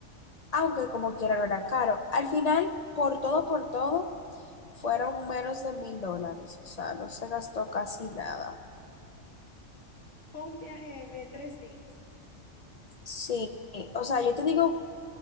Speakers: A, on the left; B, on the left.
A: aunque como quiera no era caro. Al final, por todo, por todo, fueron menos de mil dólares, o sea, no se gastó casi nada.
B: Fue un viaje de tres días.
A: Sí, o sea, yo te digo